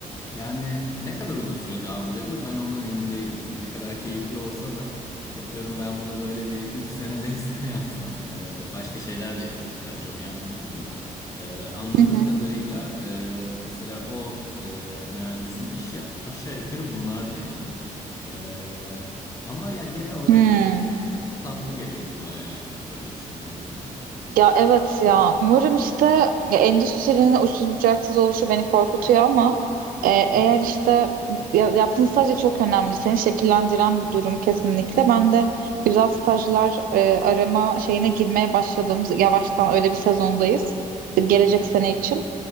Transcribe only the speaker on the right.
Hı hı.
Hı.
Ya evet ya umarım işte ya endüstrinin uçsuz bucaksız oluşu beni korkutuyor ama e, eğer
işte ya, yaptığın staj da çok önemli seni şekillendiren bir durum kesinlikle. Ben de güzel stajlar e, arama şeyine girmeye başladım yavaştan öyle bir sezondayız gelecek
sene için.